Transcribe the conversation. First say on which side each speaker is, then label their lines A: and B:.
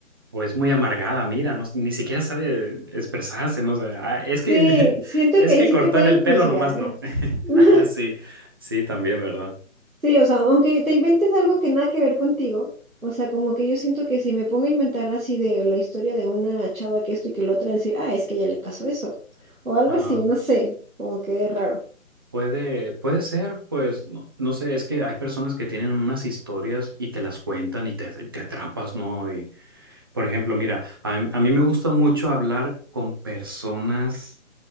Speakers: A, on the right; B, on the right.
A: O es muy amargada, mira, no, ni siquiera sabe expresarse, no sé. Ah, es que,
B: Sí,
A: <laughs>
B: siento
A: es
B: que ahí
A: que
B: sí
A: cortar
B: te pueden
A: el
B: juzgar.
A: pelo nomás no. <laughs>
B: <laughs>
A: Ah, sí, sí, también, ¿verdad?
B: Sí, o sea, aunque te inventes algo que nada que ver contigo, o sea, como que yo siento que si me pongo a inventar así de la historia de una chava que esto y que lo otra, decir, ah, es que ya le pasó eso, o algo
A: Ajá.
B: así, no sé, como que es raro.
A: Puede, puede ser, pues, no, no sé, es que hay personas que tienen unas historias y te las cuentan y te, te atrapas, ¿no? Y, por ejemplo, mira, a, a mí me gusta mucho hablar con personas